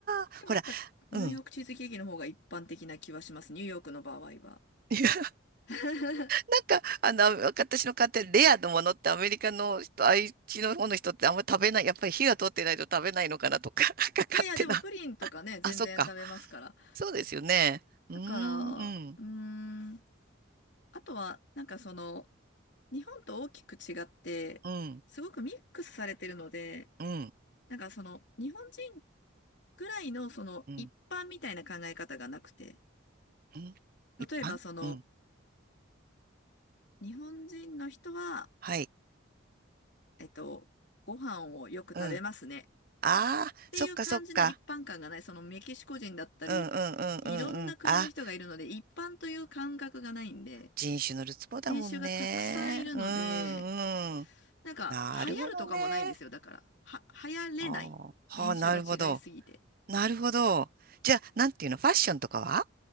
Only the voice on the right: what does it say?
あ、
ほら、うん。
<laughs>
なんか、あの、私の買ってるレアのものってアメリカの人、愛知の方の人ってあんま食べない、やっぱり火が通ってないと食べないのかなとか、<laughs> なんか勝手な。
あ、そっか。そうですよね。うーん、
うん、
うん、
うん、
うん、
うん一般うん、
はい、
うん。ああ、
そっかそっか。
うん、うん、うん、
うん、うん。あ、
人種のるつぼだもんね。
うん、うん。
なるほどね。
あーはあ、
なるほど。なるほど。じゃあ、なんていうの、ファッションとかは